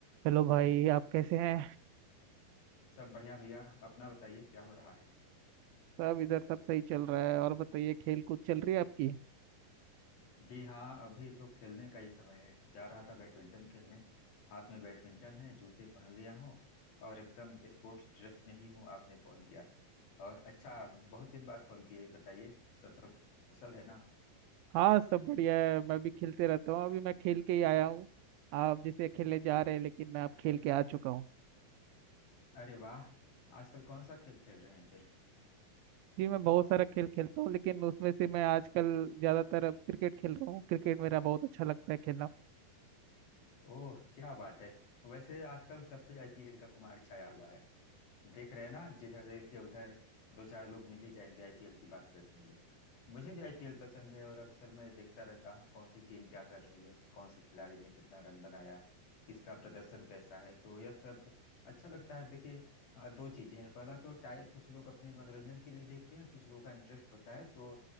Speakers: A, on the right; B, on the left.
A: Hello भाई आप कैसे हैं
B: सब बढ़िया भैया अपना बताइए क्या हो रहा है
A: सब इधर सब सही चल रहा है और बताइए खेल कूद चल रही है आपकी
B: जी हाँ अभी तो खेलने का ही समय है जा रहा था बैडमिंटन खेलने हाथ में बैडमिंटन है जूते पहन लिया हूँ और एकदम स्पोर्ट्स ड्रेस में ही हूँ आपने फोन किया और अच्छा बहुत दिन बाद फोन किए बताइए सब सब कुशल है ना
A: हाँ सब बढ़िया है मैं भी खेलते रहता हूँ अभी मैं खेल के ही आया हूँ आप जैसे खेलने जा रहे हैं लेकिन मैं अब खेल के आ चुका हूँ
B: अरे वाह आजकल कौन सा खेल खेल रहे हैं फिर
A: जी मैं बहुत सारा खेल खेलता हूँ लेकिन उसमें से मैं आजकल ज़्यादातर अब क्रिकेट खेल रहा हूँ क्रिकेट मेरा बहुत अच्छा लगता है खेलना
B: ओह क्या बात है वैसे आजकल सब पे आईपीएल का खुमार छाया हुआ है देख रहे हैं ना जिधर देखे उधर दो चार लोग मिल ही जाएंगे आईपीएल की बात करते हुए मुझे भी आईपीएल पसंद है और अक्सर मैं देखता रहता हूँ कौन सी टीम क्या कर रही है कौन से खिलाड़ी ने कितना रन बनाया किसका प्रदर्शन कैसा है तो यह सब अच्छा लगता है देखिए अ, दो चीजें हैं पहला तो टाइम कुछ लोग अपने मनोरंजन के लिए देखते हैं और कुछ लोगों का इंटरेस्ट होता है तो